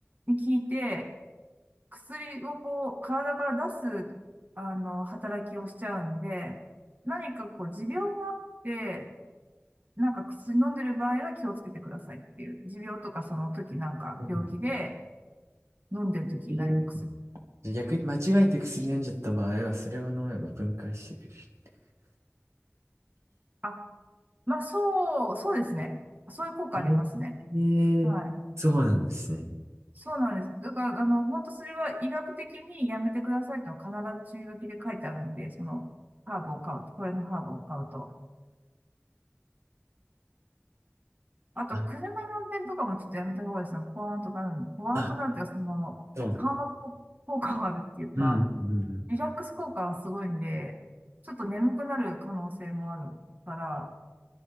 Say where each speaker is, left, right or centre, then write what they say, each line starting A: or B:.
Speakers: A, on the right; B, on the right.
A: に効いて、薬をこう、体から出す、あの、働きをしちゃうんで、何かこう、持病があって、なんか薬飲んでる場合は気をつけてくださいっていう。持病とかその時なんか病気で
B: うん
A: 飲んでる時何か薬。
B: えー逆に間違えて薬飲んじゃった場合は、それを飲めば分解してくれる。
A: あ、まあそう、そうですね。そういう効果ありますね。
B: えー、
A: はい。
B: えそうなんですね。
A: そうなんです。だから、あの、本当それは医学的にやめてくださいと必ず注意書きで書いてあるんで、その、ハーブを買うと、これのハーブを買うと。あと、
B: あ、
A: 車の運転とかもちょっとやめた方がいいですね。ポワーンとなるんで、ポワーンとなるっていうか、
B: あ、
A: その、
B: そうなん
A: 緩和効果があるっていうか、
B: うん、うん、
A: リラックス効果はすごいんで、ちょっと眠くなる可能性もあるから、